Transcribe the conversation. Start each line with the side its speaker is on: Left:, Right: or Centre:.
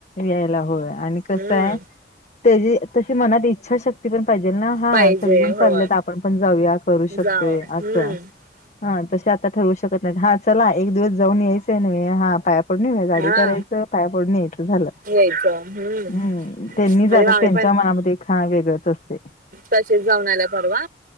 Left: यायला होय, आणि
Right: हम्म
Left: कसाय त्याजी तशी मनात इच्छा शक् क्ती पण पाहिजेल ना हा,
Right: पाहिजे
Left: सगळीजण
Right: होय
Left: चाललेत, आपण पण जाऊया, करू शकतोय
Right: जाव हम्म
Left: असं. हा, तसे आता ठरवू शकत तात, हा चला एक दिवस जाऊन यायचंय न्हवे, हा पाया पडून येऊया, गाडी
Right: हा
Left: करायचं पाया पडून यायचं. झालं,
Right: यायचं हम्म
Left: हम् त्यांनी
Right: म्हणजे
Left: जातात
Right: आम्ही
Left: त्यांच्या मनामध्ये एक हा वेगळच असतंय.
Right: तसीच जाऊन आला परवा,